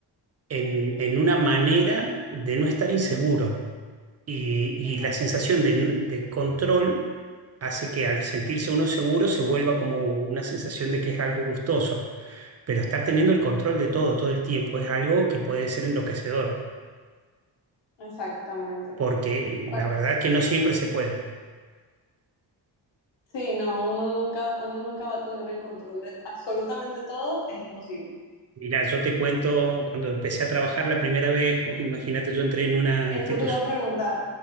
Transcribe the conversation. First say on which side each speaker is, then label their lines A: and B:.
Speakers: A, on the right (about 40°); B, on the left (about 80°).
A: en, en una manera de no estar inseguro. Y,
B: Exacto,
A: y la sensación de, n- de control hace que al sentirse uno seguro se vuelva como una sensación de que es algo gustoso. Pero estar teniendo el control de todo todo el tiempo es algo que puede ser enloquecedor,
B: exactamente.
A: porque
B: Porque-
A: la verdad que no siempre se puede.
B: Sí, no, uno nunca, uno nunca va a tener el control de absolutamente todo, es imposible.
A: Mira, yo te cuento, cuando empecé a trabajar la primera vez, vos imagínate, yo entré en una
B: Eso
A: institución
B: te iba a preguntar.